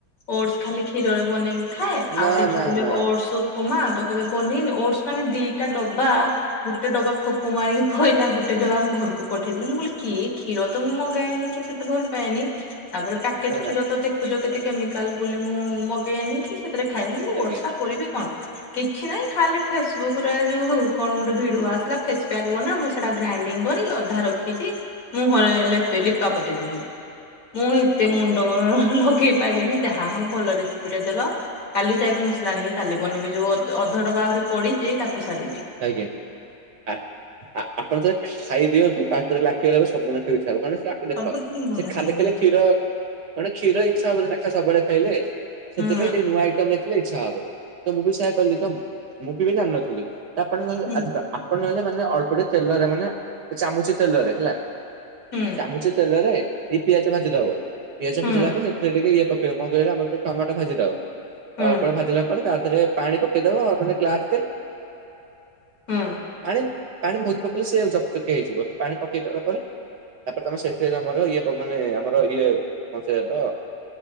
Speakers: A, on the left; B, on the right.
A: ଓଢ଼ସ୍ ଖାଲି କ୍ଷୀରରେ ବନେଇକି ଖାଏ
B: ନା
A: ଆଉ ଦେଖିଥିଲେ
B: ନା ନା
A: ଓଢ଼ସ୍ ଉ ଉପମା ତ କେବେ ପନିର ଓଢ଼ସ୍ ମାନେ ଦିଟା ଡବା ଗୋଟେ ଡବା ଫୋକ ମାରିକି ପଇଲା ଗୋଟେ ଡବା ଆମ ଘରକୁ ପଠେଇଥିଲି ମୁଁ କହିଲି କିଏ କ୍ଷୀର ତ ମୁଁ ମଗାଏନି କିଛି ସେତେ ଭଲ ପାଏନି ତାପରେ ପ୍ୟାକେଟ୍
B: ନା
A: କ୍ଷୀର
B: ନା
A: ତ ଦେଖୁଚ କେତେ କେମିକାଲ ବୋଲି ମୁଁ ମଗେଇନି କି ସେଥିରେ ଖାଇନି ମୁ
B: ଆଜ୍ଞା
A: ଓଢ଼ସ୍ ଟା କରିବି କଣ। କିଛି ନାାଇଁ ଖାଲି ଫେସବୁକ୍ ରେ ଯୋଉ ହଉ କଣ ଗୋଟେ ଭିଡିଓ ଆସିଲା ଫେସ୍ ପ୍ୟାକ୍ ବନା ସେଟା ଗ୍ରାଇଣ୍ଡିଙ୍ଗ କରି ଅଧା ରଖିଚି ମୁହଁରେ ଲେପେ ଲିପାପୋତି କରିବି। ମୁଁ ଏତେ
B: ଓହୋ
A: ମୁଣ୍ଡ ଲଗେଇ ପାରଲିନି ଯାହା ହଉ ଭଲ ରେସିପିଟେ ଦେଲ। କାଲି ଯାଇକି ମସଲା ଆଣିକି କାଲି ବନିବେ ଯୋଉ ଅଧ ଅଧଡବା ଆହୁରି ପଡିଚି ତାକୁ ସାରିବି।
B: ଆଜ୍ଞା ଆ ଆ ଆପଣ ଯେବେ ଖାଇ ଦିଅନ୍ତୁ ପାଟିରେ ଲାଖିଗନେ ସବୁ ମାନେ ଖାଇବାକୁ ଇଛା ହବ। ଦେଖ
A: ସବୁଦିନ ଭଲ
B: ସେ ଖାଲି
A: ହବ
B: ଖାଇଲେକ୍ଷୀର ମାନେ କ୍ଷୀର ଇଚ୍ଛା ହବନି ସବୁବେଳେ ଖାଇଲେ। ସେଥିପାଇଁ
A: ହୁଁ
B: ଟିକେ ନୂଆ ଆଇଟମ୍ ଦେଖିଲେ ଇଚ୍ଛା ହବ ତ ମୁଁ ବି ସେୟା କହିଲି ମୁଁ ବି ଜାଣିନଥିଲି। ଆପଣ ନହେଲେ
A: ହୁଁ
B: ଅଧିକ ଆପଣ ନହେଲେ ମାନେ ଅଳ୍ପ ଟିକେ ତେଲରେ ମାନେ ଚାମୁଚେ ତେଲରେ ହେଲା
A: ହୁଁ
B: ଚାମୁଚେ ତେଲରେ ଟିକେ ପିଆଜ ଭାଜିଦବ ପିଆଜ
A: ହୁଁ
B: ଭାଜିଲା ପରେ ସେଥିରେ ଟିକେ ଇଏ ପ କଣ କଇଲେ ଆମର ଟିକେ ଟମାଟ ଭାଜିଦବ
A: ହୁଁ
B: ଅଳ୍ପ ଅଳ୍ପ ଭାଜିଲା ପରେ ତା ଦେହରେ ପାଣି ପକେଇଦବ ମାନେ ଗ୍ଲାସ୍ ଟେ।
A: ହଁ।
B: ଆରେ ପାଣି ବହୁତ୍ ପକେଇଲେ ସେ ଜକଜକି ହେଇଯିବ ପାଣି ପକେଇଲା ପରେ ତାପରେ ତମେ ସେଥିରେ ଆମର ଇଏ ମାନେ ଆମର ଇଏ କଣ ସେଇଆତ